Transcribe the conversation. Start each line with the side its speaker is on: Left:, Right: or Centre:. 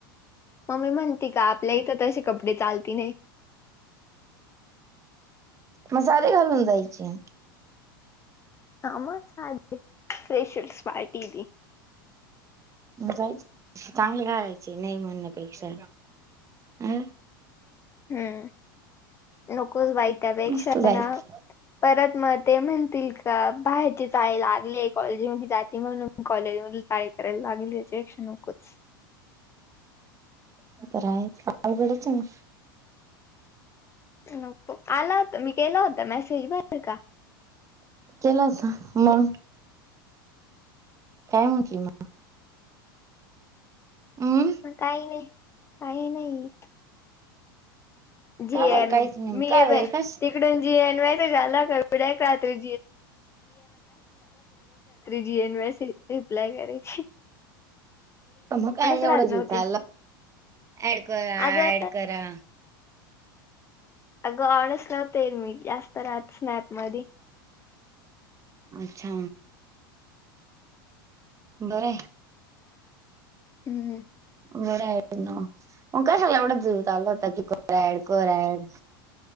Left: मम्मी म्हणती का आपल्या इथं तशे कपडे चालती नाही.
Right: म साडी घालून जायचे.
Left: <unintelligible> फ्रेशर्स पार्टी दी.
Right: जायच चांगले घालायचे नाही म्हणण्यापेक्षा. अ
Left: हम्म नकोच बाई त्यापेक्षा
Right: मस्त जायचं
Left: ना परत म ते म्हणतील का बाहेरचे जाय लागले कॉलेजी मधी जाते म्हणून. कॉलेज मध टाळी कराय लागेल याच्यापेक्षा नकोच.
Right: तर आहे अवघडच आहे म.
Left: नको आला होता मी केलं होता मेसेज बर का.
Right: केलासा मंग काय म्हंटली म? हम्म
Left: म काही नाही काही नाहीत. जी
Right: का बरं
Left: एम
Right: काहीच नाही मग
Left: मी
Right: काय
Left: आहे बाय
Right: कश
Left: ती. <unintelligible> जी एम मेसेज <unintelligible> एक रात्री जी एन मॅसेज रिप्लाय करेची.
Right: म काय एवढा
Left: राहत नव्हते
Right: जीव चलला ऍड करा
Left: अगं
Right: ऍड करा.
Left: अगं ऑनस नव्हते मी जास्त राहत स्नॅप मधी
Right: अच्छा बरं आहे.
Left: हम्म हम्म.
Right: बरं आहे ना मंग काय ह्याला जीव चालला होता की कर ऍड कर ऍड.